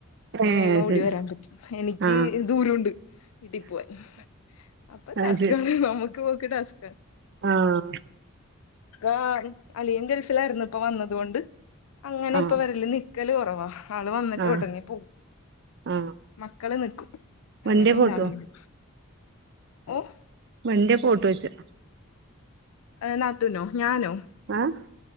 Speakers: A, on the left (about 75°); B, on the right (about 50°).
A: അപ്പൊ
B: ഏ
A: വേഗം
B: അത്
A: ഓടി
B: ശരി
A: വരാൻ പറ്റും എനിക്ക്
B: ആ
A: ദൂരുണ്ട് വീട്ടിപോവാൻ. അപ്പൊ
B: അത്
A: ടാസ്കാണ് നമക്ക് പോക്ക് ടാസ്ക.
B: ആഹ്.
A: ആ അളിയൻ ഗൾഫിലായിരുന്നു ഇപ്പ വന്നത്കൊണ്ട് അങ്ങനെ
B: ആ
A: ഇപ്പവരല് നിക്കല് കൊറവാ. ആള് വന്നിട്ട്
B: ആ
A: ഒടനെ പോവും.
B: ആ
A: മക്കള് നിക്കും
B: വണ്ടി
A: അങ്ങനെണ്ടാവല്
B: കൂട്ടോ
A: ഓഹ്.
B: വന്റെ ഫോട്ടോ വെച്ച്.
A: നത്തൂനോ ഞാനോ.
B: ആഹ്.